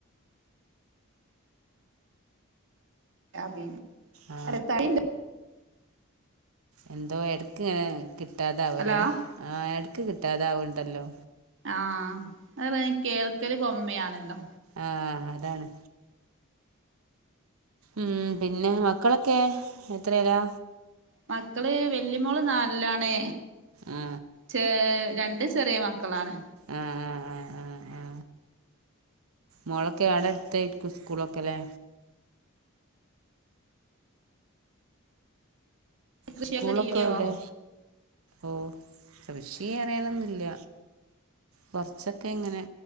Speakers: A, on the right; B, on the right.
A: ആ പിന്നെ
B: ആ
A: അല്ല തടിണ്ട്
B: എന്തോ എടക്ക്ങ്ങനെ കിട്ടാതാവൂല്ലേ
A: ഹലോ
B: ആ എടു ക്ക് കിട്ടാതാവണ്ടല്ലോ
A: ആ അത് <unintelligible> കേൾക്കല് കൊമ്മിയാണല്ലോ
B: ആ അതാണ് ഉം പിന്നെ മക്കളൊക്കെ എത്രേലാ
A: മക്കള് വെല്ലിമോള് നാലില്ലാണ്
B: ആ
A: ചേ രണ്ട് ചെറിയ മക്കളാണ്
B: ആ ആ ആ ആ ആ മോളൊക്കെ ആടെ അടുത്തായിക്കും സ്കൂളക്കെ ല്ലേ
A: കൃഷിയൊക്കെ
B: സ്കൂളൊക്കെ
A: ചെയ്യോ
B: എവിടെ ഓ കൃഷി അറിയാലൊന്നുല്ല കൊറച്ചൊക്കെ ഇങ്ങനെ